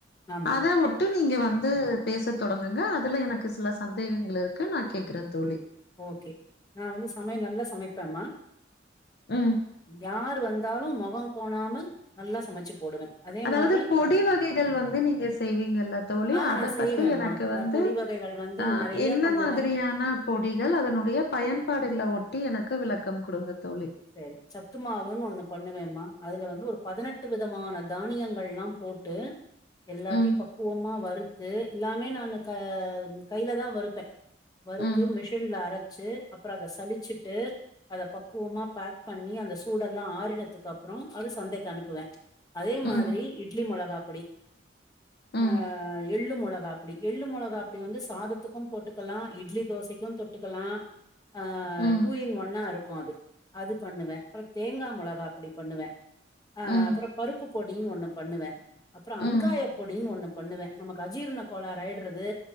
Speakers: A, on the left (about 20°); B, on the left (about 60°).
A: ஆமா
B: அதா ஒட் ட்டு நீங்க வந்து பேச தொடங்குங்க அதுல எனக்கு சில சந்தேகங்கள் இருக்கு நா கேக்கிற தோழி
A: ஓகே நா வந்து சமையல் நல்ல சமைப்பே மா
B: ம்.
A: யாரு வந் தாலு முகங் கோணாமல் நல்லா சமைச்சு போடுவே அதே
B: அதாவது
A: மாரி
B: பொடி
A: அ
B: வகைகள் வந்து நீங்க செய்வீங்கல்ல தோழி
A: ஆ
B: அத
A: நா செய்வேம்மா
B: பத்தி எனக்கு ட
A: அந்த
B: வந்து
A: பொடி வகைகள் வந்து
B: ஆ
A: நெறைய
B: என்ன
A: பண்ணுவே
B: மாதிரியான பொடிகள் அதனுடைய பயன்பாடுகள ஒட்டி எனக்கு விளக்கம் குடுங்க தோழி
A: சரி சத்து மாவுன் ஒண்ணு பண்ணுவேமா அதுல வந்து ஒரு பதினெட்டு விதமான தானியங்கள்லா போட்டு எல்லாத்தியு
B: ம்,
A: பக்குவமா வறு த்து எல்லாமே நானு க கைல தா வறுப்பே வறுத்து
B: ம்,
A: மிஷின்ல அரச்சு அப்புற அத சளிச்சிட்டு அத பக்குவமா பேக் பண்ணி அந்த சூடெல்லா ஆறினதுக்கப்ற அது சந்தைக்கு அனுப்புவே அதே
B: ம்,
A: மாதிரி இட்லி மொளகாப்பொடி
B: ம்,
A: ஆ எள்ளு மொளகாப்புடி எள்ளு மொளகாப்புடி வந்து சாதத்துக்கு போட்டுக்கலா இட்லி தோசைக்கு தொட் ட்டுக்கலா ஆ
B: ம்,
A: டூ இன் ஒன்னா இருக்கு அது அது பண்ணுவே அப்ற தேங்கா மொளகாபொடி பண்ணுவே அ
B: ம்,
A: அப்புறோ பருப்பு பொடின்னு ஒன்னு பண்ணுவே அப்புறோ
B: ம், ம்,
A: அங்காய பொடின்னு ஒன்னு பண்ணுவே நமக்கு அஜீரண கோளறு ஆயடறது